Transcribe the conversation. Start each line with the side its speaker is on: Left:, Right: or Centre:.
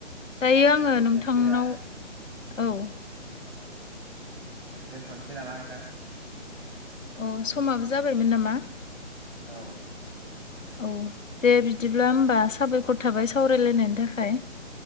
Left: दायो आंङो
Right: दा जेखियानो
Left: नोंथांनाव
Right: जाया
Left: औ
Right: दोनथ'नोसै नामा नोंथां?
Left: अ समाबो जाबायमोन नामा
Right: औ
Left: औ दे बिदिब्ला होमबा साबायखर थाबाय सावरायलायनायनि थाखाय